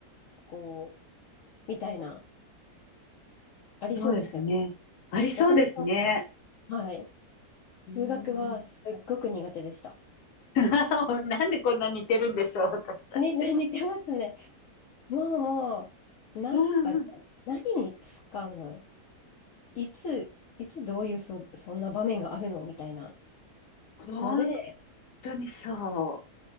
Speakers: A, on the left; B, on the left.
A: こう、みたいな、ありそうですよね
B: そうですね。ありそうですね。
A: 私もはい。数学はすっごく苦手でした。
B: うーん <laughs>。なんでこんな似てるんでしょう、私たち。
A: ね、<laughs> 似てますね。もう、なんかね、
B: うんうん。
A: 何に使うのいつ、いつどういうそ、そんな場面があるのみたいな
B: 本
A: ので、
B: 当にそ